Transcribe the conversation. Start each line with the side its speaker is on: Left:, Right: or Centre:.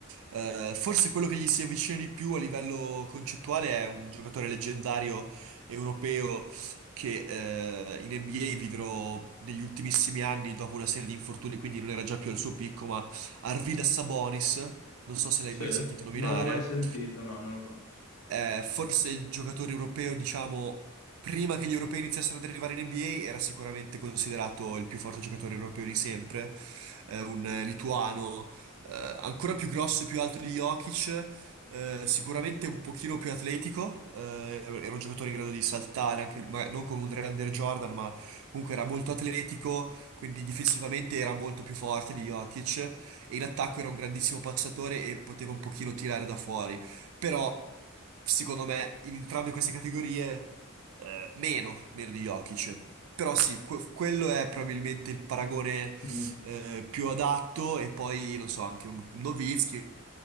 Right: Eh, forse quello che gli si avvicina di più a livello concettuale è un giocatore leggendario europeo che eh, in NBA vidrò negli ultimissimi anni dopo una serie di infortuni, quindi non era già più al suo picco, ma Arvidas Sabonis, non so se l'hai
Left: Sì,
Right: mai sentito nominare
Left: non l'ho mai sentito, no, non lo conosco.
Right: eh, forse il giocatore europeo, diciamo, prima che gli europei iniziassero ad arrivare in NBA, era sicuramente considerato il più forte giocatore europeo di sempre, eh, un eh, lituano, eh, ancora più grosso e più alto di Jokic. eh, sicuramente un pochino più atletico, eh, era un giocatore in grado di saltare, anche lui, ma non come un Andre Jordan, ma comunque era molto atletico, quindi difensivamente era molto più forte di Jokic e in attacco era un grandissimo passatore e poteva un pochino tirare da fuori. Però, secondo me, in entrambe queste categorie, eh, meno, meno di Jokic. Però sì, que- quello è probabilmente il paragone
Left: Mm.
Right: eh, più adatto e poi, non so, anche un Nowitzki